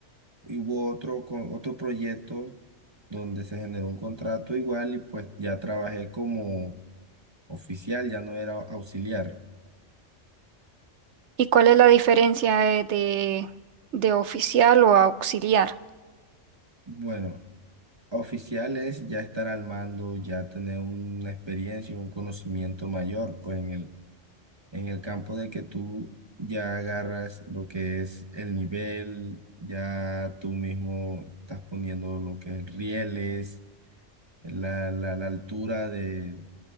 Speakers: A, on the right; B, on the right.
A: hubo otro, con otro proyecto donde se generó un contrato igual y pues ya trabajé como oficial, ya no era auxiliar.
B: ¿Y cuál es la diferencia eh, de, de oficial o auxiliar?
A: Bueno, oficial es ya estar al mando, ya tener una experiencia, un conocimiento mayor pues en el, en el campo de que tú ya agarras lo que es el nivel, ya tú mismo estás poniendo lo que es rieles, la, la, la altura de,